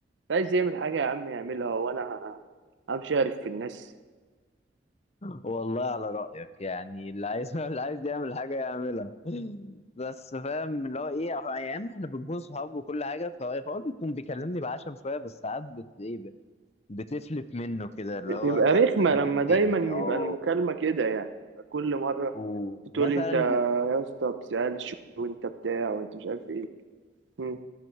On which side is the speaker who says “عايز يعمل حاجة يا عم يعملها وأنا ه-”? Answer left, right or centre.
Right